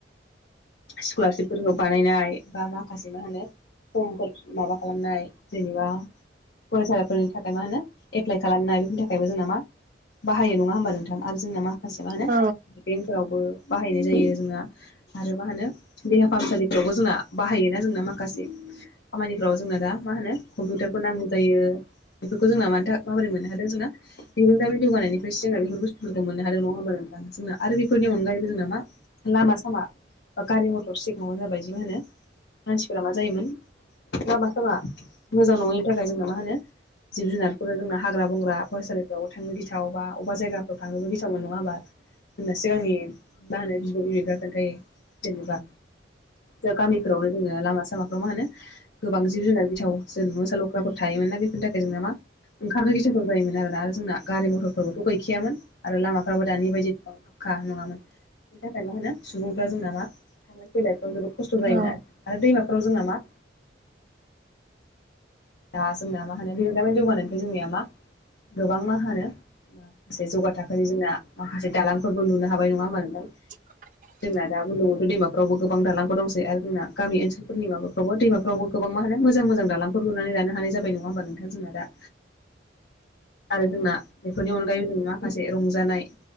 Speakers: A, on the left (about 65°); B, on the right (about 45°).
A: स्कलारशिपफोरखौ बानायनाय बा माखासे मा होनो समफोर माबा खालामनाय जेनेबा फरायसाफोरनि थाखाय मा होनो एप्लाइ खालामनाय बेफोरनि थाखायबो जोंना मा बाहायो नङा होमबा नोंथां आरो जोंना मा माखासे मा होनो
B: औ
A: बेंकफोरावबो बाहायनाय जायो जोंना आरो मा होनो देहा फाहामसालिफ्रावबो जोंना बाहायोना जोंना माखासे खामानिफ्राव जोंनो दा मा होनो कम्पिउटारफोर नांगौ जायो। बेफोरखौ जोंना मानोथा माबोरै मोननो हादों जोंना बिरोंदामिन जौगानायनिफ्रायसो जोंना बेफोर बुस्थुफोरखौ मोननो हादों नङा होमबा नोंथां जोंना आरो बेनि अनगायैबो जोंना मा लामा सामा बा गारि मथर सिगाङाव जाबायदि मा होनो मानसिफोरा मा जायोमोन लामा सामा मोजां नङिनि थाखाय जोंना मा होनो जिब जुनारफोर जोंना हाग्रा बंग्रा फरायसालिफ्रावबो थांनो गिथाव बा अबा जायगाफ्राव थांनोबो गिथाव मोन नङा होमबा? होनना सिगांनि मा होनो बिब' बिबैफ्रा खोन्थायो जेनेबा दा गामिफोरावनो जोङो लामा सामाफ्राव मा होनो गोबां जिब जुनार बिथाव जों मोसा लख्राफोर थायोमोन ना बेफोरनि थाखाय जोंना मा ओंखारनो गिथावथाव जायोमोन आरोना आरो जोंना गारि मथरफोरबोथ' गैखायामोन आरो लामाफ्राबो दानि बायदि नं फाक्खा नङामोन बेनि थाखाय मा होनो सुबुंफ्रा जोंना मा थांलायैलायफ्राव जोबोद खस्थ' जायोमोन
B: औ
A: आरो आरो दैमाफोराव जोंना मा दा जोंनाया मा होनो बिरगामिन जौगानायनिफ्राय जोंनिया मा गोबां मा होनो माखासे जौगा थाखोनि जोंना माखासे दालांफोरबो लुनो हाबाय नङा होबा नोथां?
B: <inaudible>
A: जोंना दा बुंलुंबुथुर दैमाफ्रावबो गोबां दानांगौ दंसै आरो जोंना गामि ओनसोलफोरनि माबाफ्रावबो दैमाफ्रावबो गोबां मा होनो मोजां मोजां दालांफोर लुनानै लानो हानाय जाबाय नङा होमबा नोंथां जोंना दा आरो जोंना बेफोरनि अनगायैबो जों माखासे रंजानाय